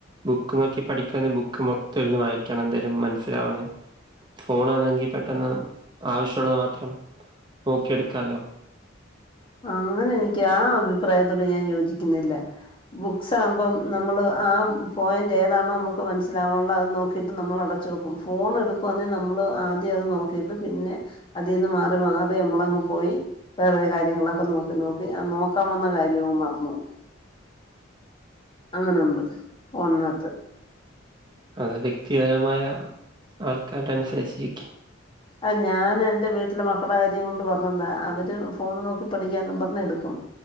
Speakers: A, on the right; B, on the left.
A: ബുക്ക് നോക്കി പഠിക്ക ബുക്ക് മൊത്തം ഒന്ന് വായിക്കണം എന്തെങ്കിലും മനസ്സിലാവണേ ഫോണാണെങ്കിൽ പെട്ടെന്ന് ആവശ്യമുള്ളത് മാത്രം നോക്കിയെടുക്കാമല്ലോ
B: അങ്ങനെ എനിക്ക് ആ അഭിപ്രായത്തോടെ ഞാൻ യോജിക്കുന്നില്ല ബുക്സ് ആമ്പം നമ്മൾ ആ പോയിന്റ് ഏതാണോ നമുക്ക് മനസ്സിലാവുള്ളത് അഹ്നോക് ക്കിട്ട് നമ്മൾ അടച്ച് നോക്കും ഫോൺ എടുക്കുവാന്നങ്കിൽ നമ്മൾ ആദ്യം അത് നോക്കിയിട്ട് പിന്നെ അതിന്ന് മാറി മാറി നമളെ അങ്ങ് പോയി വേറെ കാര്യങ്ങളൊ ക്ക നോക്കി നോക്കി നോക്കാ വന്ന കാര്യം മറന്ന് പോം അങ്ങനെ ഉണ്ട് ഫോണിന് അകത്
A: അത് വ്യക്തിപരമായ ആൾക്കാരുടെ അനുസരിച്ചിരിക്കും
B: ആ ഞാൻ എൻറെ വീട്ടിലെ മക്കളെ കാര്യം കൊണ്ട് പറഞ്ഞന്താ അവര് ഫോണ് നോക്കി പഠിക്കാന്ന് പറഞ്ഞ്എടുക്കും